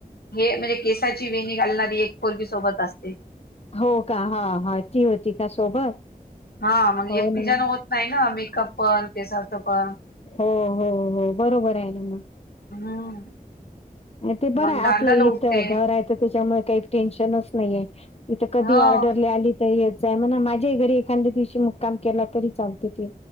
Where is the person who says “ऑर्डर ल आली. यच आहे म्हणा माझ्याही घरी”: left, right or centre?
Left